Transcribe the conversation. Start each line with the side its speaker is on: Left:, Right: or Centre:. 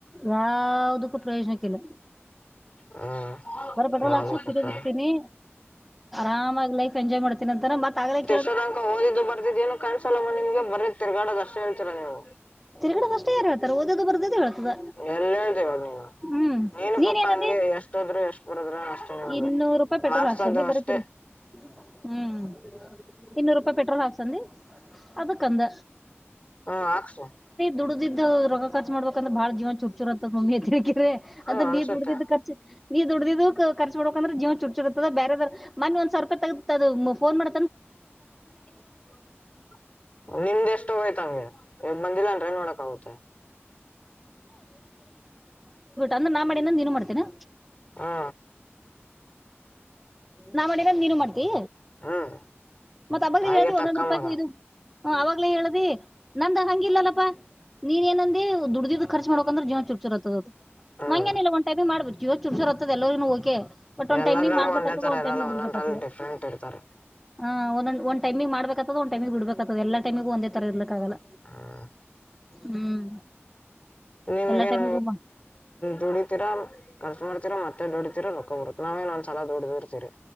Centre: ಯಾದಕ್ಕೂ ಪ್ರಯೋಜನಕ್ಕಿಲ್ಲ.
Left: ಹ್ಮ್
Centre: ಬರ ಪೆಟ್ರೋಲ್
Left: ಯಾವ್ದು
Centre: ಹಾಕ್
Left: ಕೊಟ್ರ
Centre: ತೀನಿ ಆರಾಮಾಗ ಲೈ ಎಂಜಾಯ್ ಮಾಡ್ನಿ ಅಂತ ಮತ್ತತ್ ಆ
Left: ಅಷ್ಟ ತನಕ ಓದಿದ್ದು ಬರ್ತಿದ ಏನು ಕಾನ್ಸ್ ಲ್ಲಮ್ಮ ನಿಮಗೆ ಬರೀತ್ತ ತಿರ್ಗಡೋ ಅಷ್ಟ ಹೇಳ್ತೀರಾ ನೀವು.
Centre: ತಿರುಗಡದ ಅಷ್ಟೇ ಯಾರು ಹೇಳ್ತಾರ ಓದೋದು ಬರ್ದದು ಹೇಳ್ತದ
Left: ಎಲ್ಲವ ನೀ.
Centre: ಹ್ಮ್
Left: ನೀನು
Centre: ನೀನ್
Left: ಪಾಪ
Centre: ಏನಂದಿ
Left: ಹಂಗೆ ಎಷ್ಟ ಹೋದ್ರು ಎಷ್ಟ್ ಬರದ್ರ ಅಷ್ಟೇನೆ ಅ
Centre: ಇನ್ನೂರು ರೂಪಾಯಿ ಪೆಟ್ರೋಲ್
Left: ಮಾರ್ಸೋದ
Centre: ಹಾಕ್ಸು ಅಂದಿ ಬರೀ
Left: ಅಷ್ಟೇ.
Centre: ತಿರ್ಗಿ ಹ್ಮ್ ಇನ್ನೂರು ರೂಪಾಯಿ ಪೆಟ್ರೋಲ್ ಹಾಕ್ಸಂದಿ ಅದಕ್ ಅಂದ.
Left: ಹ್ಮ ಅಕ್ಷ.
Centre: ದುಡಿದ್ದ ರೋಗ ಕಾಚ್ ಮಾಡಬೇಕಂದ್ರ ಬಾಳ ಜೀವನ ಚುಟ್ಟ. ರುತ್ತದ ಮಮ್ಮಿ ತಿಕಿರಿ
Left: ಹ್ಮ
Centre: ಅಂತ
Left: ಅನ್ಸುತ್ತೆ
Centre: ನೀ ದುಡ್ದಿದ ಖರ್ಚ್ ನೀ ದುಡ್ದಿದು ಖರ್ಚು ಮಾಡಬೇಕ ಅಂದ್ರ ಜೀವನ ಚೂರ್ ಚುರ್ ಬೇರೆ. ಮನ್ ಒಂದ್ <inaudible> ಫೋನ್ ಮಾಡ.
Left: <inaudible> ನಿಮ್ದ ಎಷ್ಟೋಯ್ತಂಗೆ. ಬಂದಿಲ್ಲ ಅಂದ್ರೆ ಏನ್ ನೋಡಕ್ ಆಗುತ್ತೆ.
Centre: ಅಂದ ನಾ ಮಾಡಿಂದಂದ ನೀನು ಮಾಡ್ತೇನೆ.
Left: ಹಾ
Centre: ನಾ ಮನ ನೀನು ಮಾಡ್ತೀ.
Left: ಹ್ಮ್
Centre: ಮತ್ತ ಹಬ್ಬ
Left: ತಾಯಿಗೆ
Centre: ಹೇಳಿದಿ ಒಂದೊಂದು
Left: ತಕ್ಕ
Centre: ರೂಪಾಯಿಗೂ
Left: ಮಗ
Centre: ಇದು. ಹ ಅವಾಗ್ಲೇ ಹೇಳುದಿ ನಂದ ಹಂಗಿಲ್ಲಲ್ಲಪ್ಪಾ ನೀನ್ ಎನ್ ಅಂಧ್. ದುಡಿದ ಖರ್ಚ ಮಾಡಕ ಅಂದ್ರ ಜೀವನ ಚುಚುರತದ ಅದುಂಗನ
Left: ಹ್ಮ್
Centre: ಎಲ್ಲ ಒಂದ ಟೈಮೇ ಮಾಡ್ಬೇಕು. ಜೀ ಚುರುಸಿರ್ತ್ತತದ ಎಲ್ಲೂ ಓಕೆ ಬಟ್ ಒಂದ್
Left: ಎಲ್ಲದ್ರಲ್ಲೂ
Centre: ಟೈಮ್ ಗೆ ಮಾಡ. ಬಿಡ್ಬೇಕತದ
Left: ಒಂದೇ ತರ
Centre: <inaudible> ಒಂದ್
Left: ಇರಲ್ಲ
Centre: ಟೈಮಿಗೆ ಬಿಡ್ಬೇಕಾಗತದ
Left: ಒಂದೊಂದ್ರಲ್ಲಿ ಡಿಫ್ರೆಂಟ್ ಇರ್ತಾರೆ
Centre: ಹಾ ಒಂದ ಒಂದ ಟೈಮಿಗೆಬೇಕತ ಒ ಟೈಮಿಗೆ ಬಿಡ್ಬೇಕತದ ಎ ಟೈಮಗ ಒಂದ ತರ ಇರಲ್ಲ. ಲ್ಲ
Left: ಹ್ಮ್
Centre: ಹ್ಮ್.
Left: ನಿಮನ್ಗೆನ್
Centre: ಎಲ್ಲಾ ಟೈಮಿಗೂ
Left: ದುಡಿತೀರ ಕೆಲ್ಸ ಮಾಡ್ತೀರಾ ಮತ್ತ. ಮ ದೋಡಿತೀರ ನೊಕ್ಕೊರುತ್ ನಾವೇಏನ್ ಒಂದ್ಸಲ ದುಡಿದಿರ್ತೀರಿ